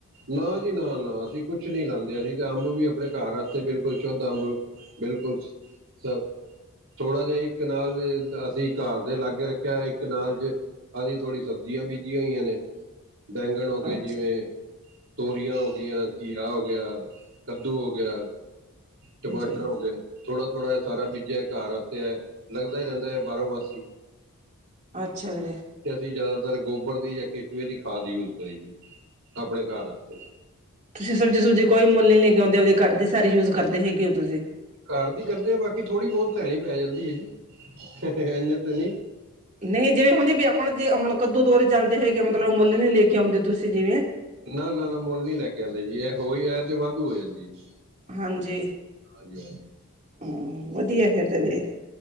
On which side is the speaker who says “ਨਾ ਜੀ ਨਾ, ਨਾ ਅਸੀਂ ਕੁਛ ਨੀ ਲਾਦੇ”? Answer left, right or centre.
Right